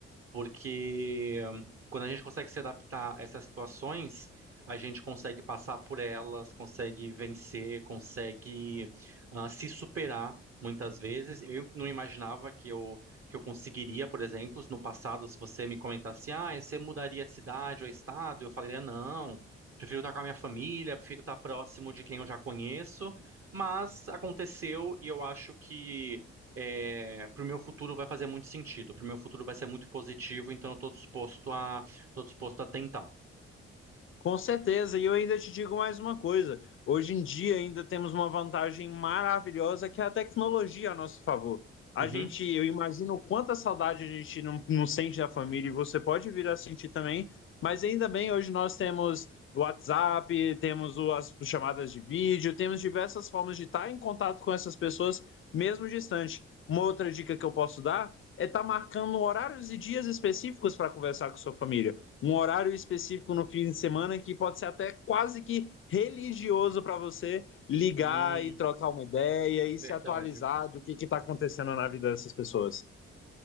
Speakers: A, on the right; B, on the left.
A: porque hum, quando a gente consegue se adaptar a essas situações, a gente consegue passar por elas, consegue vencer, consegue ah, se superar muitas vezes. Eu não imaginava que eu que eu conseguiria, por exemplo, no passado, se você me comentasse, ah, você mudaria de cidade ou estado, eu falaria não. Prefiro estar com a minha família, prefiro estar próximo de quem eu já conheço, mas aconteceu e eu acho que é, para o meu futuro vai fazer muito sentido, para o meu futuro vai ser muito positivo, então eu estou disposto a, tô disposto a tentar.
B: Com certeza, e eu ainda te digo mais uma coisa. Hoje em dia ainda temos uma vantagem maravilhosa que é a tecnologia a nosso favor. A
A: Uhum.
B: gente, eu imagino quanta saudade a gente não, não sente da família e você pode vir a sentir também, mas ainda bem, hoje nós temos o WhatsApp, temos o- as chamadas de vídeo, temos diversas formas de estar em contato com essas pessoas, mesmo distante. Uma outra dica que eu posso dar é estar marcando horários e dias específicos para conversar com sua família um horário específico no fim de semana que pode ser até quase que religioso para você ligar
A: Hum,
B: e trocar uma ideia e
A: verdade.
B: se atualizar do que está acontecendo na vida dessas pessoas.